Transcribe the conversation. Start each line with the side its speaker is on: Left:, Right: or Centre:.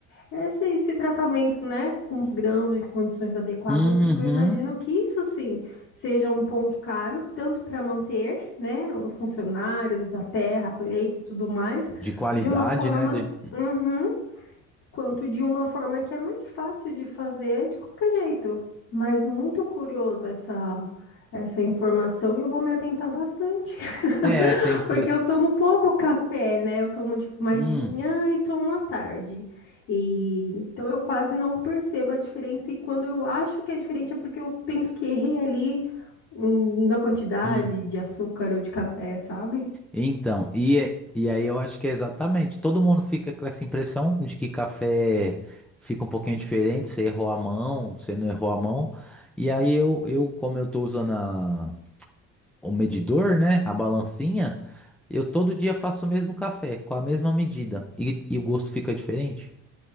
Left: esse, esse tratamento, né, com os grãos em condições adequadas,
Centre: Uhum.
Left: porque eu imagino que isso sim seja um ponto caro, tanto para manter, né, os funcionários da terra, a colheita e tudo mais
Centre: De qualidade,
Left: de uma forma
Centre: né? De...
Left: Uhum, quanto de uma forma que é mais fácil de fazer de qualquer jeito. Mas muito curiosa essa, essa informação e eu vou me atentar bastante.
Centre: É,
Left: <laughs>
Centre: tem preço.
Left: Porque eu tomo pouco café, né? Eu tomo tipo, mais
Centre: Hum.
Left: de manhã e tomo à tarde. E então eu quase não percebo a diferença. E quando eu acho que é diferente é porque eu penso que errei ali hum, na quantidade
Centre: Hum.
Left: de açúcar ou de café, sabe?
Centre: Então, e, é- e aí eu acho que é exatamente. Todo mundo fica com essa impressão de que café fica um pouquinho diferente, você errou a mão, você não errou a mão. E aí eu, eu como eu tô usando a- o medidor, né, a balancinha, eu todo dia faço o mesmo café, com a mesma medida, e, e o gosto fica diferente.